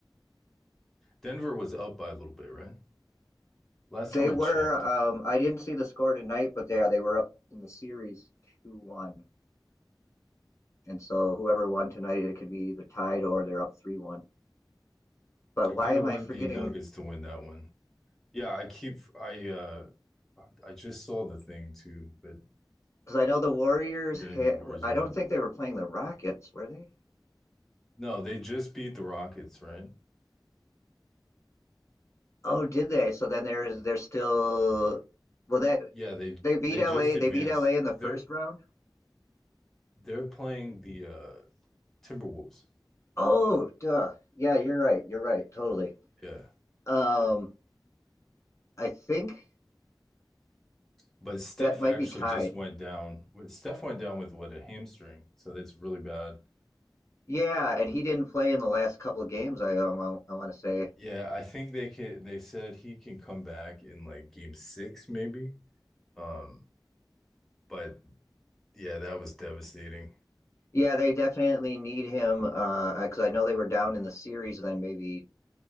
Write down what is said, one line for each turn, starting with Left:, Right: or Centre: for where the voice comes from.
Centre: Denver was up by a little bit, right? Last
Left: They
Centre: time I
Left: were.
Centre: checked,
Left: Um, I didn't see the score tonight, but yeah, they were up in the series two one, and so whoever won tonight, it could be either tied or they're up three one. But
Centre: I
Left: why
Centre: kind
Left: am
Centre: of want
Left: I forgetting?
Centre: the Nuggets to win that one. Yeah, I keep I uh I just saw the thing too, but
Left: Because I know the Warriors.
Centre: forgetting
Left: Had,
Centre: the Warriors
Left: I
Centre: are
Left: don't
Centre: up.
Left: think they were playing the Rockets, were they?
Centre: No, they just beat the Rockets, right?
Left: Oh, did they? So then there's they're still. Well, that
Centre: Yeah, they
Left: they beat
Centre: they
Left: LA.
Centre: just advanced.
Left: They beat LA in the
Centre: They're
Left: first round.
Centre: they're playing the uh Timberwolves.
Left: Oh, duh. Yeah, you're right. You're right. Totally.
Centre: Yeah.
Left: Um, I think
Centre: But Steph
Left: that might
Centre: actually
Left: be tied.
Centre: just went down. Steph went down with what, a hamstring. So that's really bad.
Left: Yeah, and he didn't play in the last couple of games. I um, I want to say.
Centre: Yeah, I think they can they said he can come back in like game six, maybe. Um, but yeah, that was devastating.
Left: Yeah, they definitely need him because uh, I know they were down in the series, then maybe